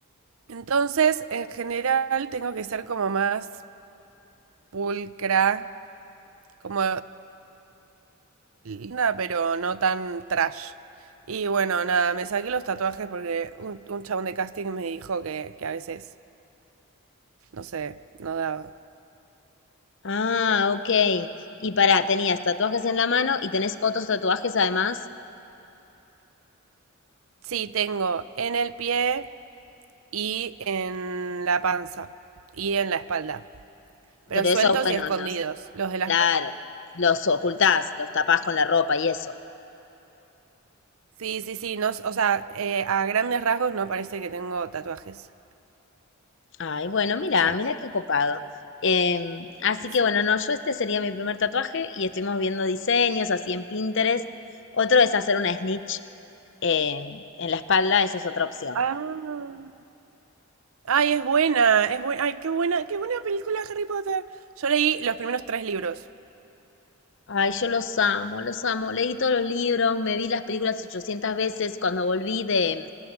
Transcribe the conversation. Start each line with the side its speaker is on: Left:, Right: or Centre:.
Right: entonces, en general, tengo que ser como más pulcra, como linda, pero no tan trash. Y bueno, nada, me saqué los tatuajes porque un, un chabón de casting me dijo que, que a veces, no sé, no daba.
Left: Ah, ok. Y pará, tenías tatuajes en la mano y tenés otros tatuajes además,
Right: Sí, tengo en el pie y en la panza y en la espalda, pero
Left: pero
Right: sueltos
Left: esos, bueno,
Right: y escondidos.
Left: los,
Right: Los de las
Left: claro,
Right: manos,
Left: los ocultás, los tapás con la ropa y eso.
Right: sí, sí, sí, no, s- o sea, eh, a grandes rasgos no parece que tengo tatuajes.
Left: Ay, bueno, mira,
Right: Sí.
Left: mira qué copado. Em, así que
Right: Sí.
Left: bueno, no, yo este sería mi primer tatuaje y estuvimos viendo diseños así en Pinterest. Otro es hacer una snitch em, en la espalda, esa es otra opción.
Right: Ah. Ay, es buena, es buena. Ay, qué buena, qué buena película Harry Potter. Yo leí los primeros tres libros.
Left: Ay, yo los amo, los amo. Leí todos los libros, me vi las películas 800 veces. Cuando volví de,